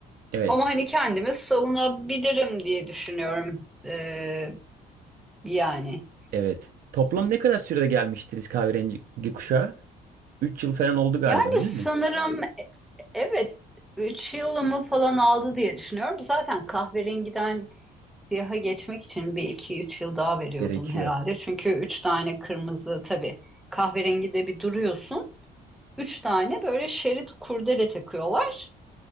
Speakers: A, on the right; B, in the centre.
A: Evet,
B: Ama hani kendimi savunabilirim diye düşünüyorum. Eee, yani.
A: evet. Toplam ne kadar sürede gelmiştiniz kahverengi kuşağı? 3 yıl falan oldu galiba,
B: Yani
A: değil
B: sanırım
A: mi?
B: Evet, 3 yılımı falan aldı diye düşünüyorum. Zaten kahverengiden siyaha geçmek için bir iki üç yıl daha veriyordun
A: Gerekiyor.
B: herhalde. Çünkü üç tane kırmızı tabii kahverengide bir duruyorsun. Üç tane böyle şerit kurdele takıyorlar.